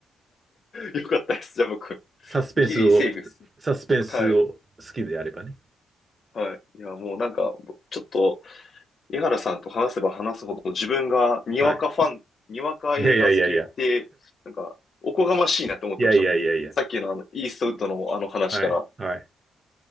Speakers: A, on the left (about 45°); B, on the right (about 25°).
A: よかったです。じゃあ僕、
B: サスペンスを、
A: ギリセーフです。
B: サスペンスを好きであればね。
A: はい。はい。いや、もうなんか、ちょっと、江原さんと話せば話すほど自分がにわかファン、
B: はい。
A: にわか映画好きって、
B: いやいやいやいや。
A: なんか、おこがましいなって思ってました。
B: <laughs> いやいやいやいや。
A: もう、さっきのあの、イーストウッドのあの話から、
B: はい。はい。